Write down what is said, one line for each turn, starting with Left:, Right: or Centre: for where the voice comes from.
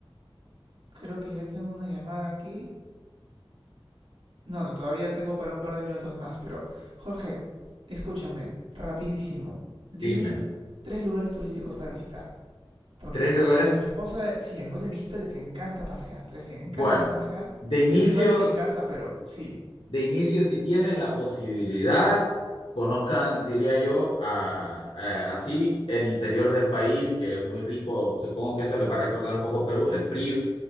Right: creo que ya tengo una llamada aquí. No, no, todavía tengo para un par de minutos más, pero Jorge, escúchame, rapidísimo, dime
Left: dime,
Right: tres lugares turísticos para visitar. Porque
Left: tres lugares,
Right: a mi, a mi esposa, sí, a mi esposa y a mi hijito les encanta pasear, les encanta
Left: bueno,
Right: pasear.
Left: de inicio.
Right: Yo soy más de mi casa, pero sí.
Left: de inicio, si tienen la posibilidad, conozcan, diría yo, a- a- así el interior del país, que es muy rico. Supongo que eso les va a recordar un poco Perú, el frío.